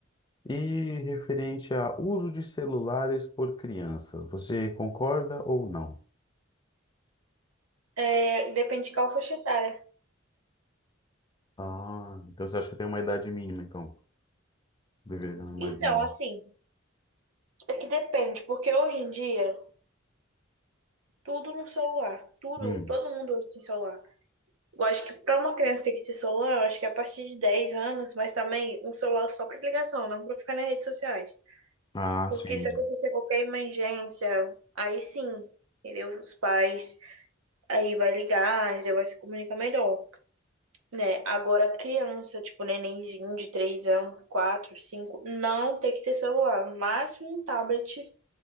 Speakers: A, on the left; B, on the right.
A: é. E referente a uso de celulares por crianças, você concorda ou não?
B: É, depende de qual faixa etária.
A: Ah, então você acha que tem uma idade mínima, então? Deveria, não,
B: Então,
A: mas não.
B: assim, é que depende, porque hoje em dia, tudo no celular. Tudo,
A: Hum.
B: todo mundo hoje tem celular. Eu acho que para uma criança ter que ter celular, eu acho que é a partir de 10 anos, mas também um celular só para ligação, não para ficar nas redes sociais.
A: Ah,
B: Porque
A: sim.
B: se acontecer qualquer emergência, aí sim, entendeu? Os pais aí vai ligar, já vai se comunicar melhor, né? Agora criança, tipo nenenzinho de 3 anos, 4 5 não tem que ter celular, máximo um tablet